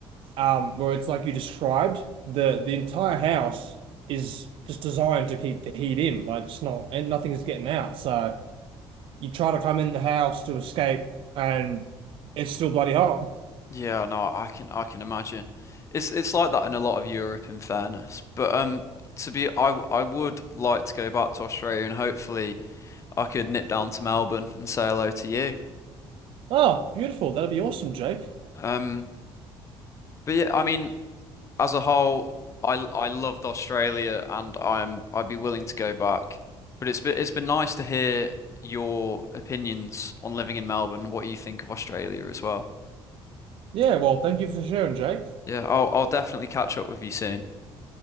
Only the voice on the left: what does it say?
Yeah, no, I can I can imagine. It's it's like that in a lot of Europe, in fairness. But um, to be, I w- I would like to go back to Australia and hopefully I could nip down to Melbourne and say hello to you.
Um, but yeah, I mean, as a whole, I I loved Australia and I'm I'd be willing to go back. But it's been it's been nice to hear your opinions on living in Melbourne and what you think of Australia as well.
Yeah, I'll I'll definitely catch up with you soon.